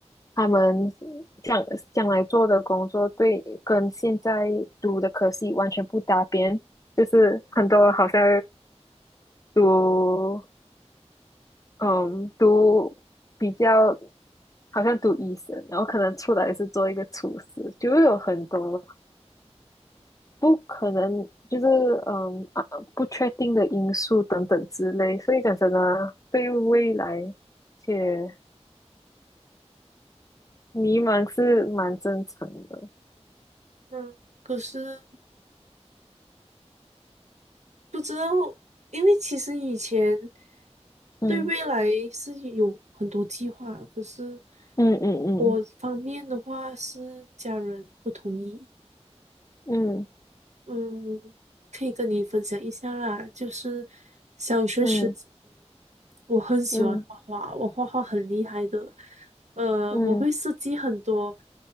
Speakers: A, on the left; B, on the right.
A: 他们将将来做的工作对跟现在读的科系完全不搭边，就是很多好像读嗯读比较好像读医生，然后可能出来是做一个厨师，就会有很多不可能，就是嗯啊，不确定的因素等等之类，所以讲真的，对未来且迷茫是蛮正常的。
B: 嗯可是不知道，因为其实以前
A: 嗯
B: 对未来是有很多计划，可是
A: 嗯嗯
B: 我方面的话是家人不同意，
A: 嗯
B: 嗯，可以跟你分享一下啦，就是小学时。
A: 嗯嗯
B: 我很喜欢画画，
A: 嗯
B: 我画画很厉害的。呃，
A: 嗯嗯
B: 我会设计很多